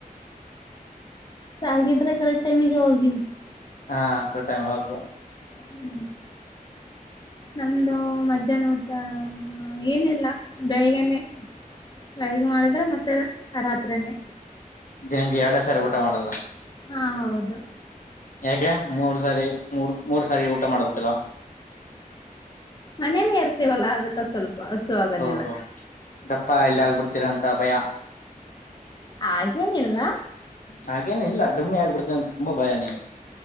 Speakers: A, on the left (about 30°); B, on the left (about 65°).
A: ಆಗಿದ್ರೆ ಕರೆಕ್ಟ್ ಟೈಮಿಗೆ ಹೋಗಿ.
B: ಹಾ ಕರೆಕ್ಟ್ ಟೈಮಿಗೆ ಹೋಗ
A: ಹ್ಮ್ ನಮ್ದು ಮಧ್ಯಾಹ್ನ ಊಟ ಹ ಏನಿಲ್ಲಾ. ಬೆಳಿಗ್ಗೆನೆೇ ಬೆಳಿಗ್ ಮಾಡಿದ್ರೆ ಮತ್ತೆ ರಾತ್ ತ್ರೆನೇ.
B: ಜನ್ಗೆ ಎರಡೆ ಸಾರಿ ಊಟ ಮಾಡೋದು?
A: ಹಾ ಹೌದು.
B: ಯಾಕೆ ಮೂರ್ ಸಾರಿ, ಮೂಡು, ಮೂರ್ ಸಾರಿ ಊಟ ಮಾಡ್ಬೇಕಲ್ವಾ?
A: ಮನೆಲ್ಲೇ ಇರ್ತೀವಲ್ಲ ಅದಕ್ಕ ಸ್ವಲ್ಪ ಹಸು ಆಗೋದಿಲ್ಲ
B: ಓಹೋ, ದಪ್ಪ ಎಲ್ಲ ಆಗ್ಬಿಡ್ತೀರಂತ ಭಯ
A: ಹಾಗೇನಿಲ್ಲ.
B: ಹಾಗೇನು ಇಲ್ಲ ಡುಮ್ಮಿ ಆಗ್ಬಿಡ್ತೀನಿ ಅಂತ ತುಂಬಾ ಭಯ ನಿಂಗೆ.